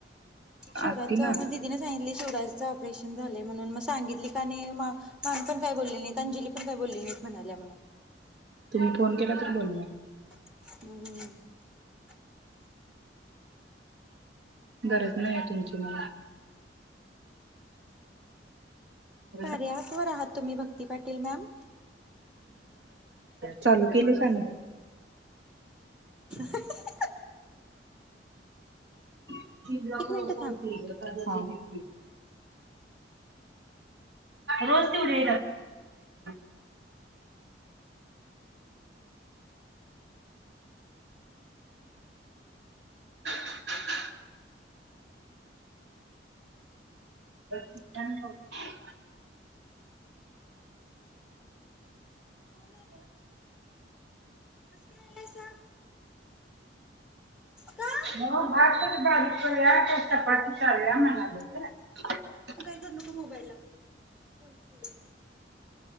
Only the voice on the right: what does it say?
आत्तीना?
तुम्ही फोन केला तर बोलणार.
गरज नायये तुमची मला <inaudible>
चालू केली का नाय.
<inaudible> लक
लोक
होती. एखाद <inaudible> रोज तेवढी <unintelligible> <inaudible> <inaudible>
हो भात बारीक करुया ते चपाती चालू हाय म्हणलोत ग